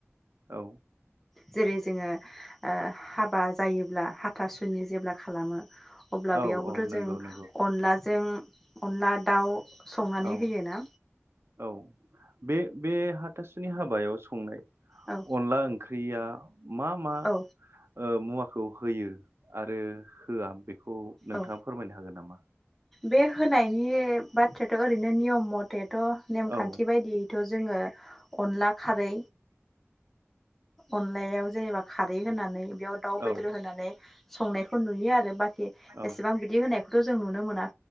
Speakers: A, on the right; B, in the centre.
A: औ।
B: जेरै जोङो ओ हाबा। जायोब्ला हाथासुनि जेब्ला खालामो अब्ला
A: औ
B: बेयावबोथ'
A: औ
B: जों
A: नंगौ नंगौ
B: अनलाजों अनला दाउ संनानै
A: औ
B: होयो ना?
A: औ बे बे हाथासुनि हाबायाव संनाय।
B: औ
A: अनला ओंख्रि गैया। मा मा
B: औ
A: ओ मुवा। खौ होयो आरो होआ बे। बेखौ नोंथाङा
B: औ
A: फोरमायनो हागोन नामा?
B: बे होनायनि बाथ्रायाथ' ओरैनो नियम मथे थ' नेमखान्थि
A: औ
B: बायदियैथ' जोङो अनला खारै अनलायाव जेनेबा खारै होनानै याव दाउ
A: औ
B: बेदर होनानै संनायखौ नुयो आरो बाख
A: औ
B: एसेबां बिदि होनाय खौथ' जों नुनो मोना